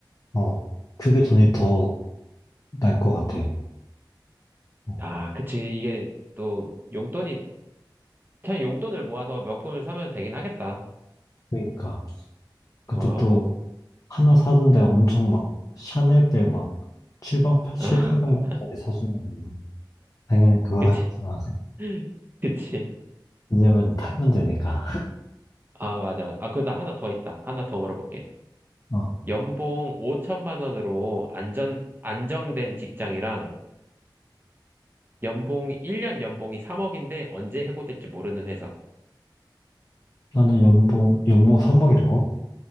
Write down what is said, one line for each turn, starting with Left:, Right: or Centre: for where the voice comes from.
Left: 어. 그게 돈이 더
Right: 음,
Left: 날 것 같아. 어.
Right: 아, 그치. 이게 또, 용돈이, 그냥 용돈을 모아서 명품을 사면 되긴 하겠다.
Left: 그러니까. 근데
Right: 어,
Left: 또 하나 사는데 엄청 막 샤넬백 막7백 칠,
Right: <laughs>
Left: 팔 800만 원짜리 사주면 당연히 그걸
Right: 그치.
Left: 하겠지만.
Right: <laughs> 그치.
Left: 왜냐면은 팔면 되니까.
Right: 아, 맞아, 맞아. 아, 그리고 나 하나 더 있다. 하나 더 물어볼게.
Left: 어.
Right: 연봉 5천만 원으로 안전, 안정된 직장이랑 연봉, 1년 연봉이 3억인데 언제 해고될지 모르는 회사.
Left: 나는 연봉, 연봉 삼억이라고